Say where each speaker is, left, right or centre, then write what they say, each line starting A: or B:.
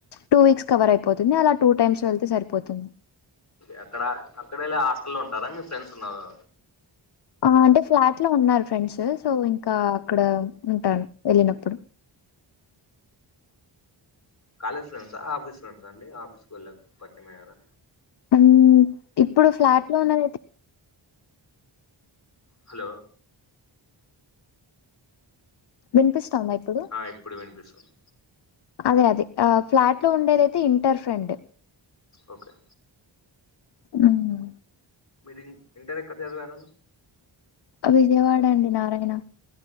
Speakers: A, on the left; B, on the left.
A: two weeks cover అయిపోతుంది అలా టూ టైమ్స్ వెళ్తే సరిపోతుంది
B: ఎక్కడ అక్కడ వెళ్ళి హాస్టలో ఉంటారా మీ ఫ్రెండ్స్ ఉన్నారా
A: ఆ అంటే ఫ్లాట్ లో ఉన్నారు ఫ్రెండ్స్ సో ఇంకా అక్కడ ఉంటాను వెళ్ళినప్పుడు
B: కాలేజ్ ఫ్రెండ్సా ఆఫీస్ ఫ్రెండ్సా అండి ఆఫీసు వెళ్ళక పరిచయం అయ్యారా
A: ఉమ్ ఇప్పుడు ఫ్లాట్ లో ఉన్నదయితే
B: హలో
A: వినిపిస్తందా ఇప్పుడు
B: ఆ ఇప్పుడు వినిపిస్తుంది
A: అదే అదే ఆ ఫ్లాట్ లో ఉండేదైతే ఇంటర్ ఫ్రెండ్
B: ఓకే
A: ఉమ్మ్
B: మీరు ఇ ఇంటర్ ఎక్కడ చదివారు
A: విజయవాడ అండి నారాయణ